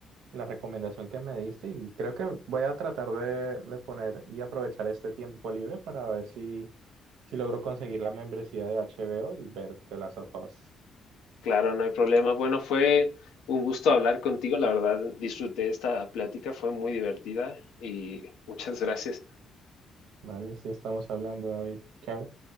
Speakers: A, on the right (about 80°); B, on the left (about 85°).
A: la recomendación que me diste y creo que voy a tratar de, de poner y aprovechar este tiempo libre para ver si, si logro conseguir la membresía de HBO y ver The Last of Us.
B: Claro, no hay problema. Bueno, fue un gusto hablar contigo. La verdad, disfruté esta plática, fue muy divertida y muchas <laughs> gracias.
A: Vale, sí estamos hablando, David. Chao.